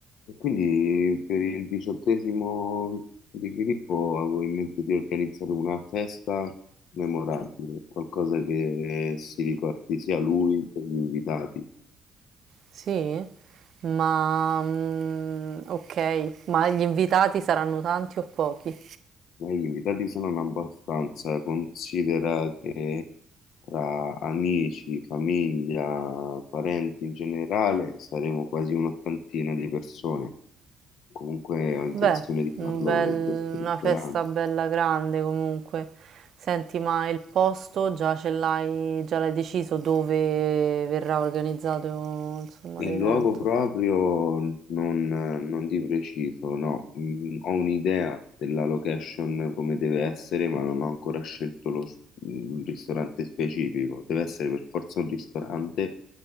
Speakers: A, on the left (about 75°); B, on the right (about 60°).
A: E quindi per il diciottesimo di Filippo avevo in mente di organizzare una festa memorabile, qualcosa che si ricordi sia lui che gli invitati.
B: Sì? Ma mhmm, okay, ma gli invitati saranno tanti o pochi?
A: Ma gli invitati sono in abbastanza, considera che tra amici, famiglia, parenti in generale saremo quasi un'ottantina di persone. Comunque ho intenzione
B: Beh,
A: di
B: un
A: farlo
B: bel
A: in questo ristorante.
B: una festa bella grande comunque. Senti, ma il posto già ce l'hai già l'hai deciso dove verrà organizzato, insomma,
A: Il
B: l'evento?
A: luogo proprio non, non di preciso, no. Mm, Ho un'idea della location come deve essere, ma non ho ancora scelto lo, un ristorante specifico. Deve essere per forza un ristorante,